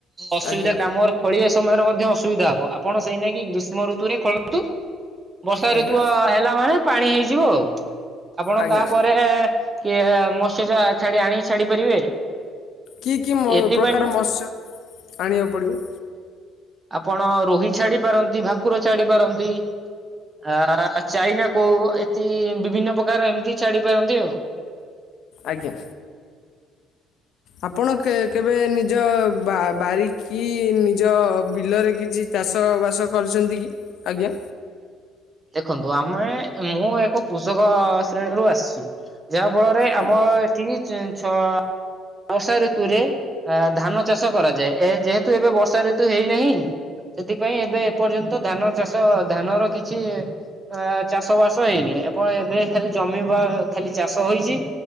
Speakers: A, on the right (about 20°); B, on the left (about 60°).
A: ଅସୁବିଧା
B: ଆଜ୍ଞା
A: କାମର ଖୋଳିବା ସମୟରେ ମଧ୍ୟ ଅସୁବିଧା ହବ ଆପଣ ସେଇ ନାକି ଗ୍ରୀଷ୍ମ ଋତୁରେ ଖୋଳନ୍ତୁ ବର୍ଷା
B: ଆଜ୍ଞା
A: ଋତୁ ଆ ହେଲା ମାନେ ପାଣି ହେଇଯିବ ଆଉ ଆପଣ
B: ଆଜ୍ଞା
A: ତାପରେ କିଏ ମସୀଜା ଛାଡି ଆଣିି ଛାଡି ପାରିବେ।
B: କି-କି-ମ
A: ଏଥିପାଇଁ
B: ପ୍ରକାର ମତ୍ସ୍ୟ ଆଣିବାକୁ ପଡ଼ିବ।
A: ଆପଣ ରୋହି ଛାଡି ପାରନ୍ତି ଭାକୁର ଛାଡି ପାରନ୍ତି। ଆ ଚାଇନା କୋଉ ଏତି ବିଭିନ୍ନ ପ୍ରକାର ଏମିତି ଛାଡି ପାରନ୍ତି ଆଉ।
B: ଆଜ୍ଞା। ଆପଣ କେବେ ନିଜ ବାରି ବାରିକି ନିଜ ବିଲରେ କିଛି ଚାଷ ବାସ କରିଚନ୍ତି କି? ଆଜ୍ଞା।
A: ଦେଖନ୍ତୁଆମେ ମୁଁ ଏକ କୃଷକ ଶ୍ରେଣୀରୁୁ ଆସିଚି। ଯାହା ଫଳରେ
B: ଆଜ୍ଞା
A: ଆମ ଏଠି ଛଅ ବର୍ଷା ଋତୁରେ ଅ ଧାନ ଚାଷ କରାଯାଏ ଏ ଯେହେତୁ ଏବେ ବର୍ଷା ଋତୁ ହେଇନାହିଁ। ସେଥିପାଇଁ ଏବେ ଏପର୍ଯ୍ୟନ୍ତ ଧାନ ଚାଷ ଧାନର କିଛି କିଛି ଅ ଚାଷ ବାସ ହେଇନି। ଏପ ଏବେ ଖାଲି ଜମି ବା ଖାଲି ଚାଷ ହୋଇଛି।